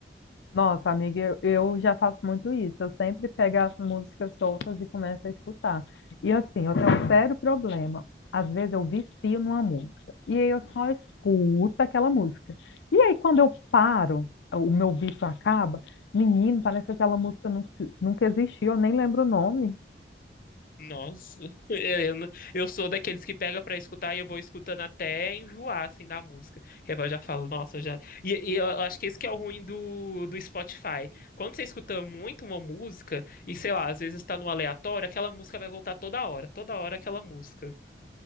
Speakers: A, on the left (about 85°); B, on the left (about 50°).
A: Nossa, amiga, eu, eu já faço muito isso. Eu sempre pego as músicas soltas e começo a escutar. E assim, eu tenho um sério problema. Às vezes eu vicio numa música. E aí eu só escuto aquela música. E aí quando eu paro, o meu vício acaba, menino, parece que aquela música nunca, nunca existiu, eu nem lembro o nome.
B: Nossa, <laughs> Helena, eu sou daqueles que pega para escutar e eu vou escutando até enjoar assim da música. Que aí eu já falo, nossa, já. E, e eu acho que esse que é o ruim do, do Spotify. Quando você escuta muito uma música e sei lá, às vezes está no aleatório, aquela música vai voltar toda hora, toda hora aquela música.